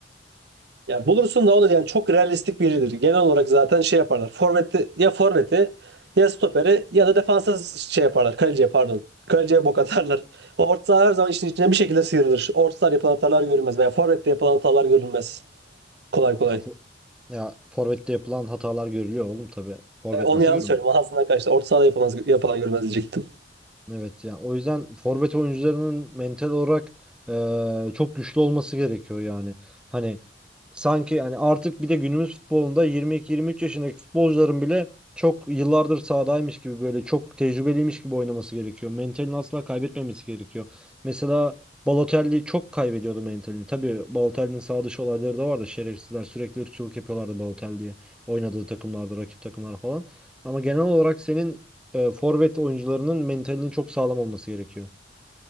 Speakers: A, on the right; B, in the centre.
A: Ya bulursun da o da yani çok realistik biridir. Genel olarak zaten şey yaparlar. Forvet'te ya forveti ya stoperi ya da defansa şey yaparlar. Kaleciye pardon. Kaleciye bok atarlar. O orta saha her zaman işin içine bir şekilde sıyrılır. Orta sahada yapılan hatalar görülmez veya forvette yapılan hatalar görülmez. Kolay kolay.
B: Ya, fo- ya Forvet'te yapılan hatalar görülüyor oğlum tabii. Forvet
A: E, onu
B: nasıl
A: yanlış
B: görünmüyor?
A: söyledim. Ağzından kaçtı. Orta sahada yapılmaz, yapılan görülmez diyecektim.
B: Evet ya o yüzden forvet oyuncularının mental olarak eee, çok güçlü olması gerekiyor yani. Hani sanki hani artık bir de günümüz futbolunda 22-23 yaşındaki futbolcuların bile çok yıllardır sahadaymış gibi böyle çok tecrübeliymiş gibi oynaması gerekiyor. Mentalini asla kaybetmemesi gerekiyor. Mesela Balotelli çok kaybediyordu mentalini. Tabii Balotelli'nin sağ dışı olayları da vardı. Şerefsizler sürekli ırkçılık yapıyorlardı Balotelli'ye oynadığı takımlarda, rakip takımlara falan. Ama genel olarak senin e, forvet oyuncularının mentalinin çok sağlam olması gerekiyor.